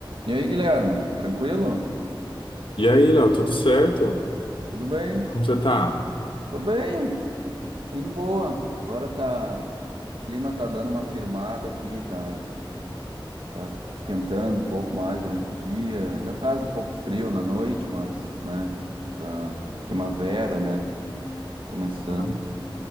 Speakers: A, on the right (about 80°); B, on the left (about 70°).
A: E aí, Guilherme, tranquilo?
B: E aí, Léo, tudo certo?
A: Tudo bem?
B: Como você tá?
A: Tô bem, bem de boa. Agora tá, o clima tá dando uma firmada aqui, tá, tá esquentando um pouco mais durante o dia. Ainda faz um pouco de frio na noite, mas, né, tá primavera, né, começando.
B: Ah,